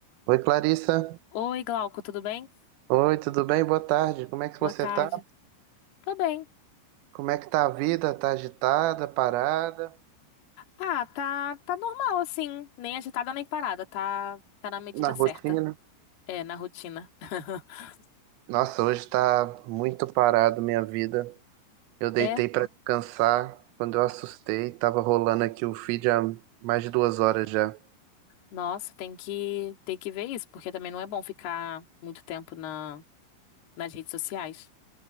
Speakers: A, on the right (about 80°); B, on the left (about 60°).
A: Oi, Clarissa.
B: Oi, Glauco, tudo bem?
A: Oi, tudo bem? Boa tarde. Como é que
B: Boa
A: você
B: tarde.
A: tá?
B: Tô bem.
A: Como é que tá a vida? Tá agitada, parada,
B: Ah, tá, tá normal assim, nem agitada nem parada, tá, tá na medida
A: na rotina?
B: certa. É, na rotina. <laughs>
A: Nossa, hoje tá muito parado minha vida. Eu deitei
B: É,
A: pra descansar. Quando eu assustei, tava rolando aqui o feed há mais de duas horas já.
B: nossa, tem que tem que ver isso, porque também não é bom ficar muito tempo na nas redes sociais.